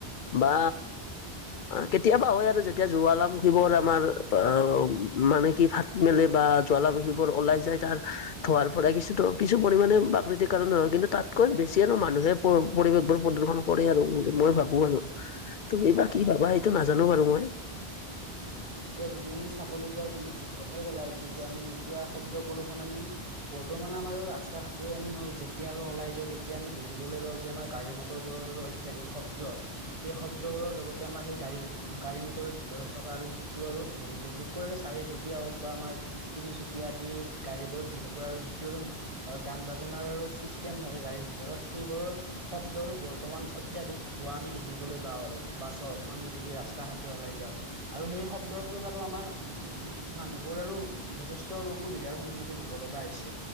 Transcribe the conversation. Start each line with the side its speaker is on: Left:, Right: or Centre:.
Left: বা কেতিয়াবা হয় আৰু যেতিয়া জ্বালামুখীবোৰ আমাৰ অ মানে কি ফাট মেলে বা জ্বালামুখীবোৰ ওলাই যায় তাৰ থোৱাৰ পৰাই কিছুটো কিছু পৰিমাণে প্ৰাকৃতিক কাৰো নহয় কিন্তু তাতকৈ বেছি আৰু মানুহে পৰ পৰিৱেশবোৰ প্ৰদূষন কৰে আৰু বুলি মই ভাবো আৰু। তুমি
Right: হয়
Left: বা কি ভাবা সেইটো নাজানো বাৰু মই।
Right: এতিয়া যদি আমি চাবলৈ যাওঁ তুমি ঠিক কথাই ক'লা, এইটো যে আমি এতিয়া শব্দ প্ৰদূষণ আমি বৰ্তমানে আমাৰ ৰাস্তা - ঘাটে আমি হল যেতিয়া আৰু ওলাই যাওঁ তেতিয়া আমি দেখিবলৈ পাওঁ যে আমাৰ গাড়ী - মটৰবোৰৰ অ ইত্যাদি শব্দ সেই শব্দবোৰৰ লগতে আমাৰ সেই গাড়ী- গাড়ী মটৰৰ ভিতৰত থকা আৰু যিটো আৰু বি বিশেষকৈ আৰু চাৰিচকীয়া হওক বা আমাৰ তিনিচুকীয়া আদি গাড়ীবোৰত বিশেষকৈ আৰু যিটোৰ অ গান বাজানাৰো চিষ্টেম থাকে গাড়ীৰ ভিতৰত সেইবোৰৰ শব্দৰো বৰ্তমান অত্যাধিক হোৱা আমি দেখিবলৈ পাওঁ আৰু বাচৰ, আমি যদি ৰাস তা ঘাটে ওলাই যাওঁ। আৰু সেই শব্দৰ ফলত আৰু আমাৰ উম মানুহবোৰ আৰু যথেষ্ট আৰু অসুবিধাৰ সন্মুখীন হ'ব ল গা হৈছে